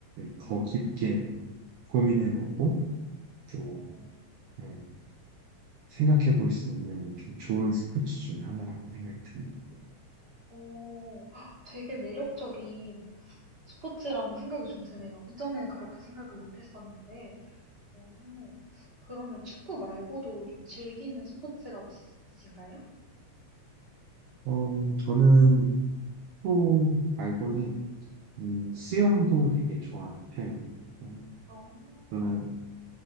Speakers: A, on the right (about 70°); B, on the right (about 20°).
A: 더
B: 음,
A: 깊게 고민해보고 또
B: 어,
A: 예, 생각해볼 수 있는 좀 좋은 스포츠 중에 하나라고 생각이 듭니다.
B: 어, 헉, 되게 매력적인 스포츠라는 생각이 좀 드네요. 이전엔 그렇게 생각을 못 했었는데, 오, 그러면 축구 말고도 좀 즐기는 스포츠가 혹시 있으신가요?
A: 어, 저는 또 말고는 음, 수영도 되게 좋아하는 편이에요. 음,
B: 어,
A: 저는